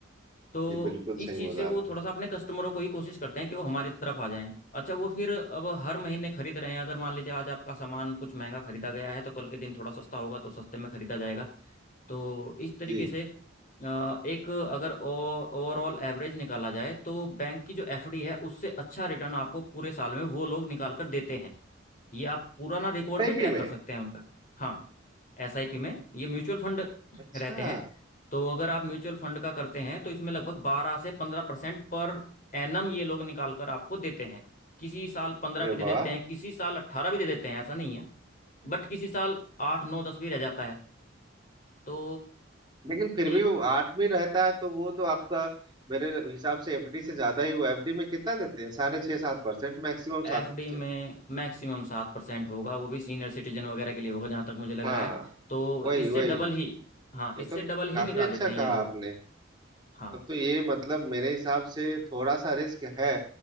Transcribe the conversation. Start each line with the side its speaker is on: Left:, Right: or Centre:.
Left: तो
Right: जी बिल्कुल
Left: इस
Right: सही
Left: चीज़
Right: बोला
Left: से वो
Right: आपने
Left: थोड़ा सा अपने कस्टमरों को ही कोशिश करते हैं कि वो हमारी तरफ आ जाएं अच्छा वो फिर अब हर महीने खरीद रहे हैं अगर मान लीजिए आज आपका सामान कुछ महंगा खरीदा गया है तो कल के दिन थोड़ा सस्ता होगा तो सस्ते में खरीदा जाएगा तो इस तरीके
Right: जी
Left: से अ, एक अगर ओवरऑल एवरेज निकाला जाए तो बैंक की जो एफडी है उससे अच्छा रिटर्न आपको पूरे साल में वो लोग निकाल कर देते हैं ये आप पुराना रिकॉर्ड
Right: एसआईपी
Left: भी ट्रैक
Right: में
Left: कर सकते हैं उनका हाँ एसआईपी में ये म्यूचुअल फंड
Right: अच्छा
Left: रहते हैं तो अगर आप म्यूचुअल फंड का करते हैं तो इसमें लगभग बारह से पंद्रह परसेंट पर एनम ये लोग निकाल कर आपको देते हैं किसी साल पंद्रह
Right: अरे
Left: भी दे
Right: वाह
Left: देते हैं किसी साल अट्ठारह भी दे देते हैं ऐसा नहीं है बट किसी साल आठ नौ दस भी रह जाता है तो
Right: लेकिन फिर
Left: एक
Right: भी वो आठ में रहता है तो वो तो आपका मेरे हिसाब से एफडी से ज्यादा ही हुआ एफडी में कितना देते हैं साढ़े छह सात परसेंट मैक्सिमम
Left: एफडी
Right: सात परसेंट
Left: में मैक्सिमम सात परसेंट होगा वो भी सीनियर सिटीजन वगैरह के लिए होगा जहां तक मुझे लग
Right: हाँ
Left: रहा है तो
Right: वही
Left: इससे
Right: वही
Left: डबल ही हाँ
Right: ये
Left: इससे
Right: तो
Left: डबल
Right: काफी
Left: ही निकाल
Right: अच्छा
Left: देते
Right: कहा
Left: हैं ये लोग
Right: आपने
Left: हाँ
Right: तब तो ये मतलब मेरे हिसाब से थोड़ा सा रिस्क है